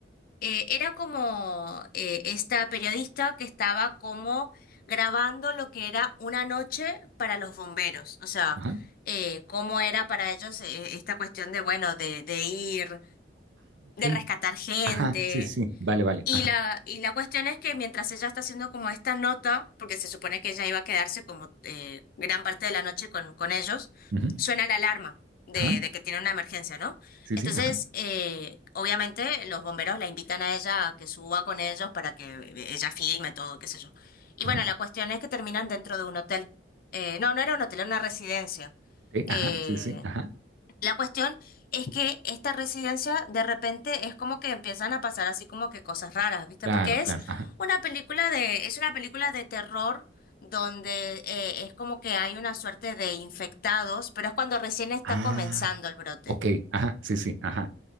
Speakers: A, on the left (about 50°); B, on the right (about 80°).
A: eh, era como eh, esta periodista que estaba como grabando lo que era una noche para los bomberos, o sea,
B: ajá.
A: eh, cómo era para ellos eh, esta cuestión de, bueno, de, de ir,
B: Ah, Ok,
A: de rescatar gente.
B: ajá, sí, sí, sí, vale, vale,
A: Y
B: ajá,
A: la, y la cuestión es que mientras ella está haciendo como esta nota, porque se supone que ella iba a quedarse como eh, gran parte de la noche con, con ellos,
B: ujú,
A: suena la alarma de,
B: ajá,
A: de que tiene una emergencia, ¿no?
B: sí,
A: Entonces,
B: sí, ajá,
A: eh, obviamente los bomberos la invitan a ella a que suba con ellos para que eh, ella filme todo, qué sé yo. Y
B: ajá,
A: bueno, la cuestión es que terminan dentro de un hotel. Eh, no, no era un hotel, era una residencia.
B: ok,
A: Eh,
B: ajá, sí, sí, ajá,
A: la cuestión es que esta residencia de repente es como que empiezan a pasar así como que cosas raras, ¿viste?
B: claro,
A: Porque es
B: claro, ajá,
A: una película de, es una película de terror donde eh, es como que hay una suerte de infectados, pero es cuando recién está
B: ah,
A: comenzando el brote.
B: ok, ajá, sí, sí, ajá,